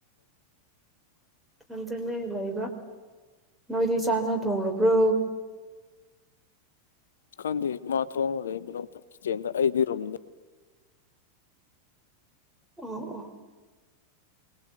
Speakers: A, in the centre; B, on the left.
A: ꯊꯟꯖꯟꯅ ꯂꯩꯕ ꯅꯣꯏꯗꯤ ꯆꯥ ꯆ ꯊꯣꯕ꯭ꯔꯣ
B: ꯈꯪꯗꯤ ꯃꯥ ꯊꯣꯡꯉꯒ ꯀꯤꯆꯦꯟꯗ ꯑꯩꯗꯤ ꯔꯨꯝꯗ
A: ꯑꯣ ꯑ